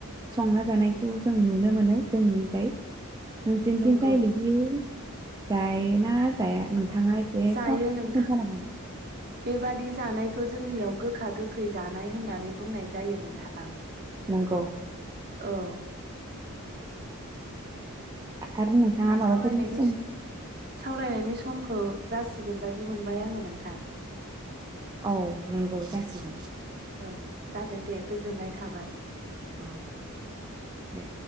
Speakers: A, on the right (about 20°); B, on the right (about 45°).
A: संना जानायखौ जों नुनो मोनो जोंनि जाय नोंसिनिथिजाय
B: नंगौ
A: बिदि जायो ना जाया नोंथाङा एसे
B: जायो
A: साब
B: नोंथां
A: खोन्था नांगोन
B: बेबादि जानायखौ जोंनियाव गोखा गोखै जानाय होननानै बुंनाय जायो नोंथां।
A: नोंगौ
B: औ
A: आरो नोंथाङा माबाफोरो
B: सावरायनायनि
A: सम
B: सावरायनायनि समखौ जासिगोन बादि मोनबाय आङो नोंथां
A: औ नंगौ जासिगोन
B: औ जागोन दे गोजोननाय थाबाय
A: औ दे